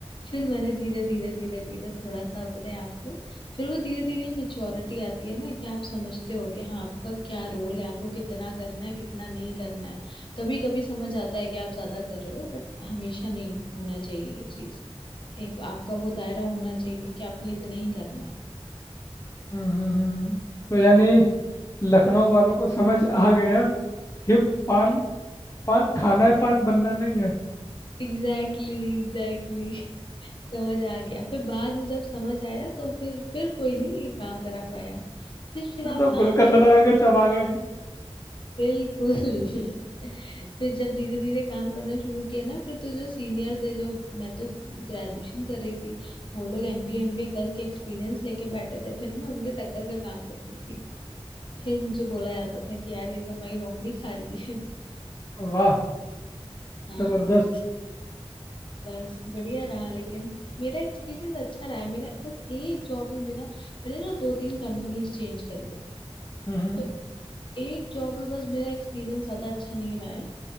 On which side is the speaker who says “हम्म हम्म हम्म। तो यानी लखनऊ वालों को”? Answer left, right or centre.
Left